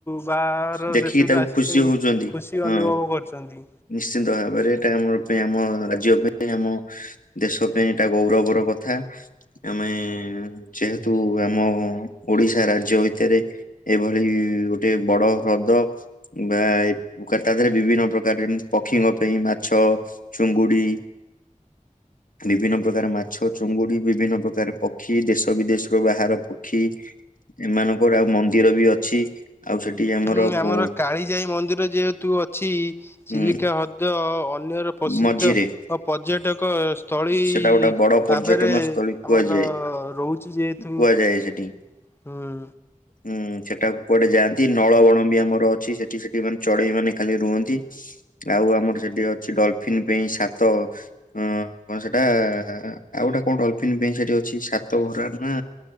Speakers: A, on the left (about 15°); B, on the left (about 75°).
A: ବାହାର
B: ଦେଖିକି
A: ଦେଶରୁ
B: ତାକୁ
A: ଆସିକିଣି
B: ଖୁସି ହଉଛନ୍ତି
A: ଖୁସି
B: ହଁ
A: ଅନୁଭବ କରୁଚନ୍ତି।
B: ନିଶ୍ଚିନ୍ତ ଭବାରେ ଏଟା ଆମର ପେ ଆମ ରାଜ୍ୟ ପାଇଁ ଆମ ଦେଶ ପାଇଁ ଏଇଟା ଗୌରବର କଥା। ଆମେ ଯେହେତୁ ଆମ ଓଡିଶା ରାଜ୍ୟ ଭିତରେ ଏଭଳି ଗୋଟେ ବଡ ହ୍ରଦ ବା ଏ କା ତା ଦେହରେ ବିଭିନ୍ନ ପ୍ର କାରେଣ ପକ୍ଷୀଙ୍କ ପାଇଁ ମାଛ ଚୁଙ୍ଗୁଡି ବିଭିନ୍ନ ପ୍ରକାର ମାଛ ଚୁଙ୍ଗୁଡି ବିଭିନ୍ନ ପ୍ରକାର ପକ୍ଷୀ ଦେଶ ବିଦେଶରୁ ବାହାର ପକ୍ଷୀ ଏମାନଙ୍କର ଆଉ ମନ୍ଦିର ବି ଅଛି। ଆଉ ସେଠି
A: ହୁଁ ଆମର
B: ଉ
A: କାଳିଜାଇ ମନ୍ଦିର ଯେହେତୁ ଅଛି। ଚିଲିକା
B: ଉଁ
A: ହ୍ରଦ ଅନ୍ୟର ପ୍ରସିଦ୍ଧ
B: ମଝିରେ
A: ପର୍ଯ୍ୟଟକ ସ୍ଥଳି।
B: ସେଟା ଗୋଟେ ବଡ ପର୍ଯ୍ୟଟନ
A: ତାପରେ
B: ସ୍ଥଳୀ କୁହାଯାଏ
A: ଆମର ରହୁଚି ଯେହେତୁ
B: କୁହାଯାଏ
A: ହୁଁ।
B: ସେଠି। ଉଁ ସେଟା କୁଆଡେ ଯାଆନ୍ତି। ନଳବଣ ବି ଆମର ଅଛି। ସେଠି ସେଠି ମାନେ ଚଢେଇ ମାନେ ଖାଲି ରୁହନ୍ତି। ଆଉ ଆମର ସେଠି ଅଛି ଡଲଫିନ୍ ପାଇଁ ସାତ ଅଁ କଣ ସେଟା ଆ ଆଉ ଗୋଟା କଣ ଡଲଫ ଫିନ ପାଇଁ ସେଠି ଅଛି ସାତ ଘୋରା ନା